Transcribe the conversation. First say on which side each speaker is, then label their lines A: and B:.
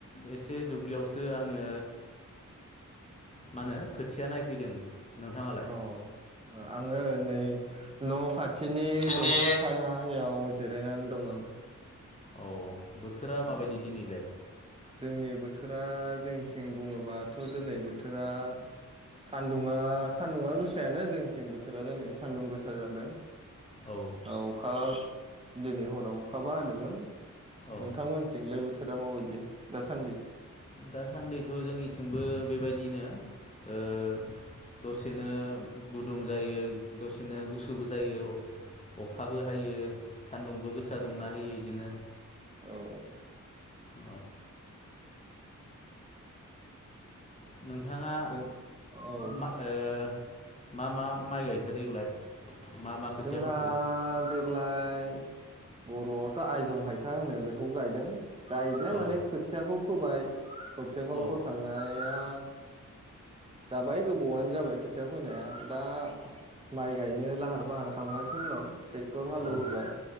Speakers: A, on the left; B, on the right.
A: एसे दुब्लियावसो आङो मा होनो खोथिया नायफैदों। नोंथाङालाय
B: औ आङो नै न' खाथिनि
A: दिनै
B: दंफां सायहायाव। जिरायनानै दं आङो।
A: औ बोथोरा माबायदि
B: औ
A: दिनैलाय?
B: जोंनि बोथोरा जोंथिं बुङोबाथ' दिनै बोथोरा सान्दुङा सान्दुङा गोसायानो जोंनिथिं बोथोरा दिनै सान्दुं गोसा जादों?
A: औ
B: राव अखा दिनै हराव अखाबो हादोंमोन
A: औ
B: नोंथांमोनथिंलाय बोथोरा माबायदि दासान्दि
A: दासान्दिथ' जोंनिथिंबो बेबायदि बिदिनो दसेनो गुदुं जायो दसेनो गुसुबो जायो अखाबो हायो सान्दुंबो गोसा दुंना
B: औ
A: होयो बिदिनो
B: औ औ
A: औ नोंथाङा
B: जों औ
A: मा ओ मा मा माइ गायखो देग्लाय मा मा खोथिया
B: जोंहा
A: फोखो
B: देग्लाय बर'आवथ' आयजं हायथा होनो बेखौ गायदों गायनाय
A: औ
B: माने खोथियाखौ फोबाय खोथियाखौ
A: औ
B: फोखांनाया जाबाय गोबावानो जाबाय खोथिया फोनाया दा माइ गाय गायनो लाहार फाहार खालामगासिनो दं ट्रेक्टर हालेवहोबाय
A: औ